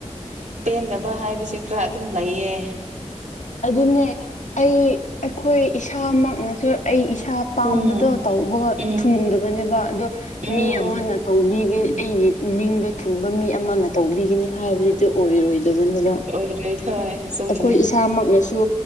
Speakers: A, on the right; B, on the left.
A: ꯄꯦ꯫ꯟꯗꯕ ꯍꯥꯏꯕꯁꯦ ꯈꯔ ꯑꯗꯨꯝ ꯂꯩꯌꯦ
B: ꯑꯗꯨꯅꯦ ꯑꯩ ꯑꯩꯈꯣꯏ ꯏꯁꯥꯃꯛꯅꯁꯨ ꯑꯩ ꯏꯁꯥ ꯑ ꯄꯄꯥꯝꯕꯗꯣ
A: ꯎꯝ
B: ꯇꯧꯕ
A: ꯎꯝ
B: ꯊꯨꯡꯗꯕꯅꯦꯕ ꯑꯗꯣ
A: ꯎꯝ
B: ꯃꯤ ꯑꯃꯅ ꯇꯧꯕꯤꯒꯦ ꯑꯩꯒꯤ ꯅꯤꯡꯕ ꯊꯨꯡꯕ ꯃꯤ ꯑꯃꯅ ꯇꯧꯕꯤꯒꯅꯤ ꯍꯥꯏꯕꯗꯨꯗꯤ ꯑꯣꯏꯔꯣꯏꯗꯕꯅꯦꯕ
A: ꯑꯣꯏꯔꯣꯏ ꯊ ꯁꯨꯝꯕꯅꯦ
B: ꯑꯩꯈꯣꯏ ꯏꯁꯥ꯫ꯃꯛꯅꯁꯨ